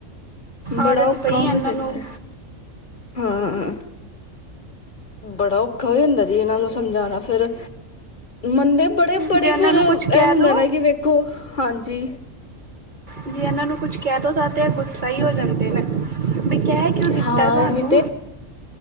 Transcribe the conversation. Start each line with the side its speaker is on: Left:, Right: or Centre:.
Left: ਬੜਾ
Right: ਆਦਤ
Left: ਔਖਾ
Right: ਪਈ ਇਹਨਾਂ
Left: ਹੋ ਜਾਂਦਾ
Right: ਨੂੰ
Left: ਹਾਂ ਬੜਾ ਔਖਾ ਹੋ ਜਾਂਦਾ ਜੀ ਇਹਨਾਂ ਨੂੰ ਸਮਝਾਉਣਾ ਫੇਰ ਮੰਨਦੇ ਬੜੇ ਬੜੇ
Right: ਜੇ ਇਹਨਾਂ
Left: ਫੇਿਰ
Right: ਨੂੰ
Left: ਐਹ
Right: ਕੁਛ ਕਹਿ
Left: ਹੁੰਦਾ
Right: ਦੋ
Left: ਨਾ ਕਿ ਵੇਖੋ ਹਾਂਜੀ
Right: ਜੇ ਇਹਨਾਂ ਨੂੰ ਕੁਝ ਕਹਿ ਦੋ ਤਾਂ ਤੇ ਗੁੱਸਾ ਹੀ ਹੋ ਜਾਂਦੇ ਨੇ
Left: <unintelligible>
Right: ਵੀ ਕਹਿ ਕਿਉਂ ਦਿੱਤਾ
Left: ਹਾਂ
Right: ਸਾਨੂੰ
Left: ਉ